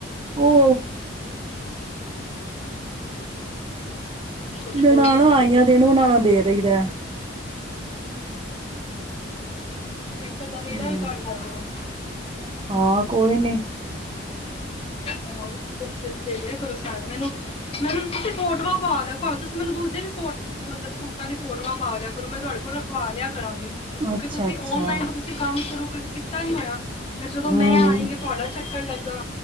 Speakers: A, on the right (about 25°); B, on the left (about 30°).
A: ਉਹ
B: ਚਲੋ
A: ਨਨਾਣਾ
B: ਕੋਈ
A: ਆਈਆਂ ਤੇ ਉਹਨਾਂ ਨੂੰ ਦੇ ਦਈਦਾ।
B: ਨਹੀਂ ਇੱਕ ਅੱਧਾ ਮੇਰਾ
A: ਹੂੰ
B: ਵੀ ਕੱਢ ਦਿਆ ਕਰੋ
A: ਹਾਂ ਕੋਈ ਨੀ
B: ਹੋਰ ਸਸਤੇ ਚ ਦੇ ਦਿਆ ਕਰੋ ਸਾਰੇ ਮੈਨੂੰ ਮੈਨੂੰ ਤੁਸੀਂ ਫੋਟੋਆਂ ਪਾ ਦਿਓ ਭਾਵੇਂ ਤੁਸੀਂ ਮੈਨੂੰ ਦੂਜੇ ਵੀ ਮਤਲਬ ਸੂਟਾਂ ਦੀ ਫੋਟੋਆਂ ਪਾ ਦਿਆ ਕਰੋ ਮੈਂ ਤੁਹਾਡੇ ਕੋਲ ਰੱਖਵਾਂ ਲਿਆ ਕਰਾਂਗੀ ਕਿਉਂਕਿ
A: ਅੱਛਾ
B: ਤੁਸੀਂ
A: ਅੱਛਾ
B: ਔਨਲਾਈਨ ਤੋਂ ਤੁਸੀਂ ਕੰਮ ਸ਼ੁਰੂ ਕੀਤਾ ਨੀ ਹੋਇਆ ਫਿਰ ਜਦੋਂ
A: ਹੂੰ
B: ਮੈਂ ਆਈਂ ਆ ਤੁਹਾਡਾ ਚੱਕ ਪੱਕਣ ਲੱਗਾ